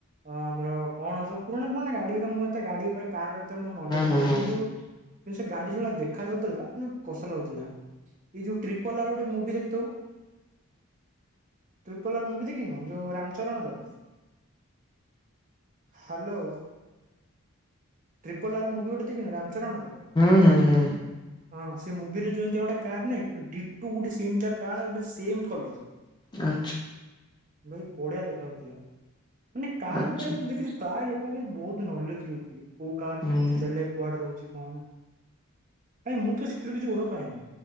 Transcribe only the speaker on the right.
ଅ ଆମର କଣ ସବୁ ପୁରୁଣା ପୁରୁଣା ଗାଡି ଗୁଡ଼ା ମୁଁ ଏତେ ଗାଡି ଉପରେ କାର ନଲେଜ
ନାହିଁ କିନ୍ତୁ କିନ୍ତୁ ସେ ଗାଡି ଯେଉଭଳିଆ ଦେଖା ଯାଉଥିଲା ମାନେ କସ ଲାଗୁଥିଲା। ଏଇ ଯୋଉ ଟ୍ରିପାଲାର ଗୋଟେ ମୁଭି ଦେଖଥିବୁ। ଟ୍ରିପଲାର ମୁଭି ଦେଖିନୁ ଯୋଉ ରାମଚରଣ ର ହାଲୋ। ଟ୍ରିପଲା ର ମୁଭି ଗୋଟେ ଦେଖିନୁ ରାମଚରଣର।
ହଁ ସେ ମୁଭିରେ ଯ ଏମିତିଆ ଗଟେ କାର ନାଇଁ ଡିଟ ଗୋଟେ ସେମତି କାର୍ ଆଉ ସେମ କଲର।
ଭାଇ ବଢିଆ ଦେଖା ଯାଉଥିଲା। ମାନେ କାର
ଉପରେ ମୁଁ ଦେଖିଚି ପ୍ରାୟ ଲୋକଙ୍କର ବହୁତ ନଲେଜ ରହୁଚି। କୋଉ କାର୍
କେମିତି ଚାଲେେ କୁଆଡେ ରହୁଚି କଣ? ଭାଇ ମୁଁ ତ ସେଥିରୁ କିଛି ଗର ପାଏନି।